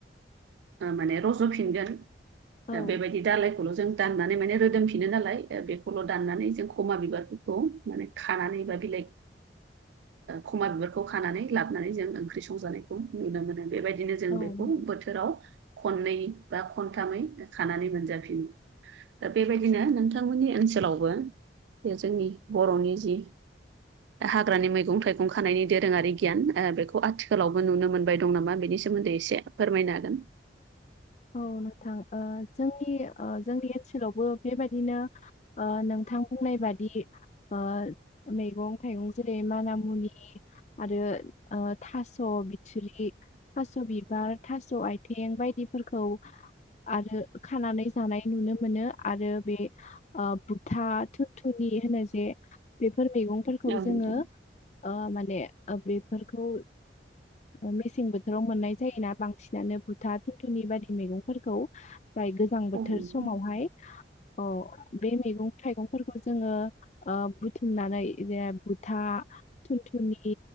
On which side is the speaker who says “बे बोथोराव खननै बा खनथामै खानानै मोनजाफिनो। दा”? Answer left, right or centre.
Right